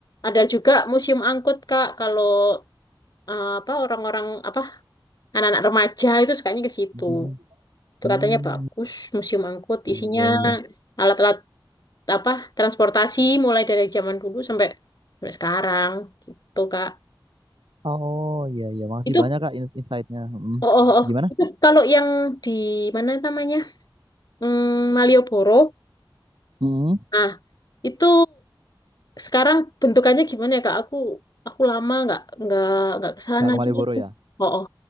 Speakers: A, on the left (about 50°); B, on the right (about 75°).
A: ada juga museum angkut, Kak. Kalau eh, apa orang-orang apa anak-anak remaja itu sukanya ke situ.
B: hmm,
A: Itu
B: hmm,
A: katanya bagus, museum angkut isinya
B: Iya, iya.
A: alat-alat apa transportasi mulai dari zaman dulu sampai sampai sekarang gitu, Kak.
B: Oh, iya, iya. Makasih
A: Itu
B: banyak, Kak, ins- insight-nya. Mm.
A: oh, oh, oh.
B: Gimana?
A: Itu kalau yang di mana namanya? Hmm, Malioboro
B: hmm.
A: Nah, itu sekarang bentukannya gimana ya Kak? Aku aku lama nggak nggak nggak ke sana
B: Kak ke Malioboro
A: gitu.
B: ya?
A: Oh, oh.